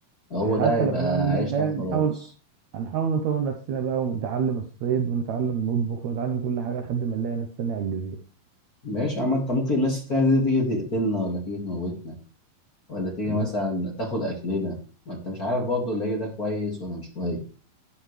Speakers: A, on the left; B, on the right.
A: هو
B: حتى
A: ده هيبقى
B: لو بقى مدى
A: عيشتك
B: الحياه
A: خلاص
B: هنحاول هنحاول نطور نفسنا بقى ونتعلم الصيد ونتعلم نطبخ ونتعلم كل حاجه لحد ما نلاقي ناس تانية على الجزيره
A: ماشي يا عم انت ممكن الناس التانية دي تيجي تقتلنا ولا تيجي تموتنا ولا تيجي
B: الناس
A: مثلا تاخد أكلنا ما انت مش عارف برضه اللي هيجي ده كويس ولا مش كويس